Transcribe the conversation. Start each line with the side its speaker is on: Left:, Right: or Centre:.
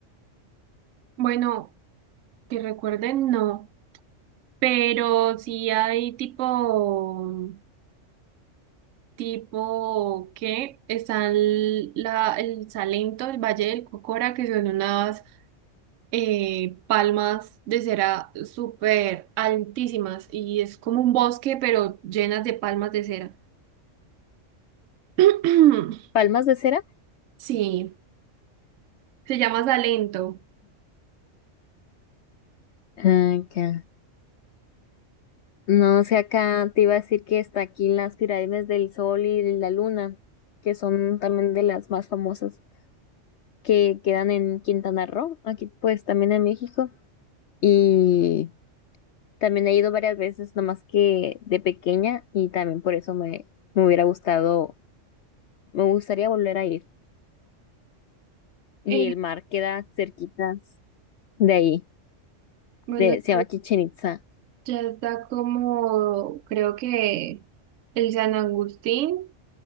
Right: bueno, que recuerden, no, pero sí hay tipo, tipo que está el, la, el Salento, el Valle del Cocora, que son unas eh, palmas de cera súper altísimas y es como un bosque, pero llenas de palmas de cera. <clears throat>
Left: Palmas de cera.
Right: Sí, se llama Salento.
Left: Ah, acá. No sé, acá te iba a decir que está aquí las pirámides del Sol y de la Luna, que son también de las más famosas, que quedan en Quintana Roo, aquí pues también en México. Y también he ido varias veces, nomás que de pequeña, y también por eso me, me hubiera gustado, me gustaría volver a ir. Y
Right: Eh,
Left: el mar queda cerquitas de ahí.
Right: bueno,
Left: de,
Right: ya
Left: se llama Chichen Itza.
Right: ya está como, creo que el San Agustín,